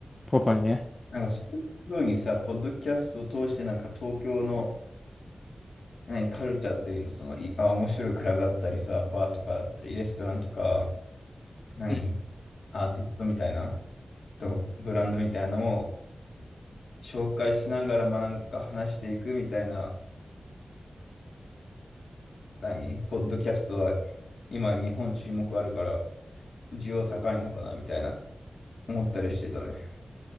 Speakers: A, on the left; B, on the left.
A: ポパイね。
B: なんかそういう風にさ、ポッドキャストを通してなんか東京の、何、カルチャーっていうの、その、いあ、面白いクラブだったりさ、バーとかだったり、レストランとか、何、
A: うん
B: アーティストみたいな、とブランドみたいなのを、紹介しながら、まあなんか話していくみたいな、何ポッドキャストは今日本注目あるから需要高いのかなみたいな思ったりしてたね。